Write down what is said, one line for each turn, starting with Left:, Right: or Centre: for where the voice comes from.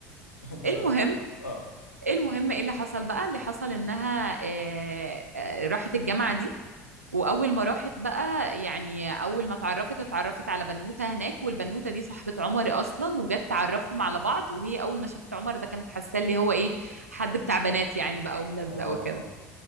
Left: <laughs>
Right: المهم
Left: ما- اه
Right: المهم ايه اللي حصل بقى اللي حصل انها آه، آه، راحت الجامعة دي واول ما راحت بقى يعني اول ما اتعرفت اتعرفت على بنوته هناك والبنوته دي صاحبه عمر اصلا وجت تعرفهم على بعض وهي اول ما شافت عمر ده كانت حاسه اللي هو ايه حد بتاع بنات يعني بقى وملزق
Left: اه
Right: وكده